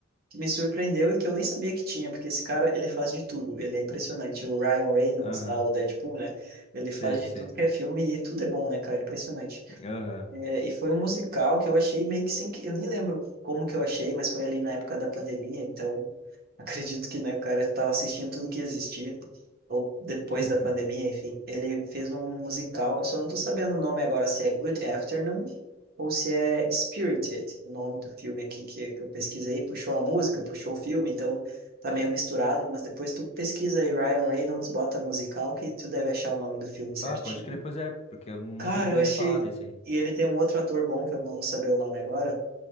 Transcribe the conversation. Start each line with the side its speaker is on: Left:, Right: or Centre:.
Right: que me surpreendeu e que eu nem sabia que tinha, porque esse cara, ele faz de tudo, ele é impressionante. O Ryan Reynolds,
Left: Aham,
Right: lá, o Deadpool, né? Ele
Left: sei,
Right: faz de
Left: sei.
Right: tudo que é filme e tudo é bom, né, cara? Impressionante.
Left: Aham.
Right: É, e foi um musical que eu achei meio que sem... que- Eu nem lembro como que eu achei, mas foi ali na época da pandemia, então <laughs> acredito que, né, o cara estava assistindo tudo que existia, ou depois
Left: <laughs>
Right: da pandemia, enfim. Ele fez um musical, eu só não tô sabendo o nome agora, se é Good Afternoon ou se é Spirited, o nome do filme aqui que, que eu pesquisei, puxou a música, puxou o filme, então tá meio misturado, mas depois tu pesquisa aí Ryan Reynolds, bota musical, que tu deve achar o nome do filme certinho.
Left: Ah, pode crer, pois é, porque eu nunca
Right: Cara,
Left: tinha
Right: eu
Left: ouvido
Right: achei.
Left: falar desse aí.
Right: E ele tem um outro ator bom, que eu não vou saber o nome agora.